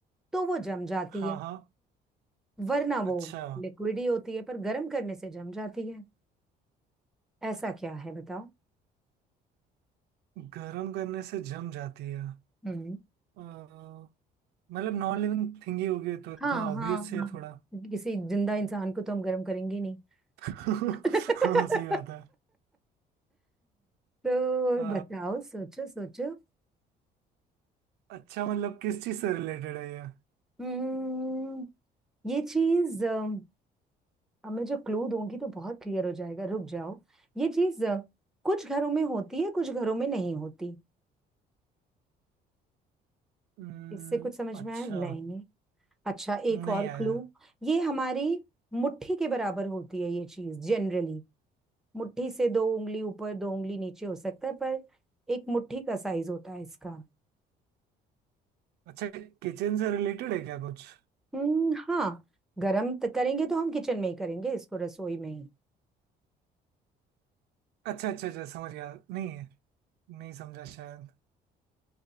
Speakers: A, in the centre; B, on the right.
A: तो वो जम जाती
B: हाँ
A: है
B: हाँ
A: वरना
B: अच्छा
A: वो लिक्विड ही होती है पर गर्म करने से जम जाती है ऐसा क्या है बताओ
B: गर्म करने से जम जाती है
A: हम्म
B: अ, मतलब नॉन लिविंग थिंग ही होगी तो इतना
A: हाँ
B: ऑब्वियस
A: हाँ
B: है
A: हाँ
B: थोड़ा
A: किसी जिंदा इंसान को तो हम गर्म करेंगे नहीं
B: <laughs>
A: <laughs>
B: हाँ सही बात है
A: तो
B: अ,
A: बताओ सोचो सोचो
B: अच्छा मतलब किस चीज़ से रिलेटेड है ये
A: हम्म ये चीज अम, अब मैं जो क्लू दूंगी तो बहुत क्लियर हो जाएगा रुक जाओ ये चीज अ, कुछ घरों में होती है कुछ घरों में नहीं होती
B: हम्म,
A: इससे कुछ समझ
B: अच्छा
A: में आया नहीं अच्छा
B: नहीं
A: एक और
B: आया
A: क्लू ये हमारी मुट्ठी के बराबर होती है ये चीज जनरली मुट्ठी से दो उंगली ऊपर दो उंगली नीचे हो सकता है पर एक मुट्ठी का साइज होता है इसका
B: अच्छा किचन से रिलेटेड है क्या कुछ
A: हम्म हाँ गरम तो करेंगे तो हम किचन में ही करेंगे इसको रसोई में ही
B: अच्छा अच्छा अच्छा समझ गया नहीं है नहीं समझा शायद